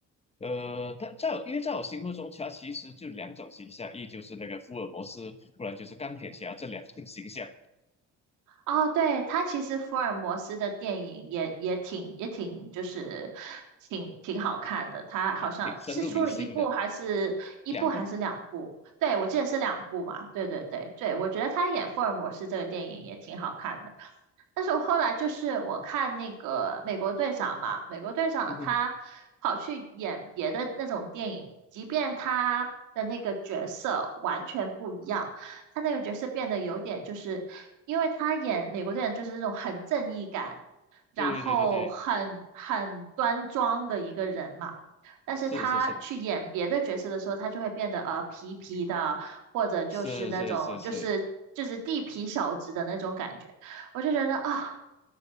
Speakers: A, on the left; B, on the right.
A: 呃，他在我因为在我心目中，他其实就两种形象，一就是那个福尔摩斯，不然就是钢铁侠这两种形象，
B: 哦，对，他其实福尔摩斯的电影也也挺也挺就是挺挺好看的，他好像是出了一部还是一部还是两部？
A: 挺挺深入民心的，两部，<laughs>
B: 对，我记得是两部嘛。对对对对，我觉得他演福尔摩斯这个电影也挺好看的。但是我后来就是我看那个美国队长嘛，美国队长他跑去演别的那种电影，
A: 嗯哼，
B: 即便他的那个角色完全不一样，他那个角色变得有点就是，因为他演美国队长就是那种很正义感，然后很很端庄的一个人嘛。
A: 对对对对对，
B: 但是他去演别的角色的时候，
A: 是是是
B: 他就会变得呃皮皮的，或者就是那种就是就是地痞小子的那种感觉。
A: 是是是是。
B: 我就觉得啊、